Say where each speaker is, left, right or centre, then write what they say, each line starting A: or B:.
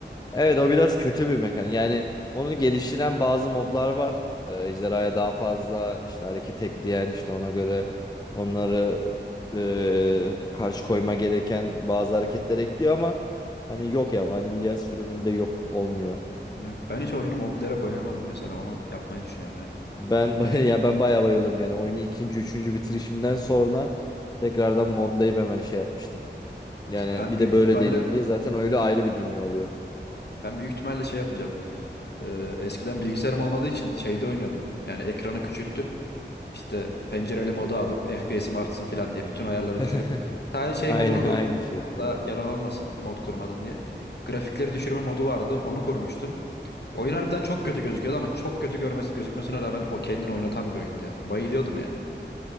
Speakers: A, on the left; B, on the left.
A: Evet o biraz kötü bir mekanik. Yani onu geliştiren bazı modlar var. Ee, ejderhaya daha fazla işte hareket ekleyen işte ona göre onları e, karşı koyma gereken bazı hareketler ekliyor ama hani yok ya vanilya sürümünde yok olmuyor.
B: Evet. Ben hiç oyunu modlayarak oynamadım mesela. Onu yapmayı düşünüyorum yani.
A: Ben
B: Hani
A: <laughs> baya ya ben bayağı bayılırım yani oyunu ikinci üçüncü bitirişimden sonra tekrardan modlayıp hemen şey yapmıştım. Yani
B: ben
A: bir
B: büyük
A: de böyle
B: ihtimalle
A: deneyeyim diye zaten öyle ayrı bir dünya oluyor.
B: ben büyük ihtimalle şey yapacağım. Ee, eskiden bilgisayarım olmadığı için şeyde oynuyordum. Yani ekranı küçültüp İşte pencereli modu alıp FPS'im artsın falan diye bütün ayarları
A: <laughs>
B: düşürüp sadece şey
A: Aynı
B: modunu korumuştum.
A: aynı şey
B: Orada
A: kadar.
B: yalan olmasın mod korumadım diye. Grafikleri düşürme modu vardı. Onu korumuştum. Oyun harbiden çok kötü gözüküyordu ama çok kötü görmesi, gözükmesine rağmen o kendini oynatan bir oyundu ya. Bayılıyordum yani.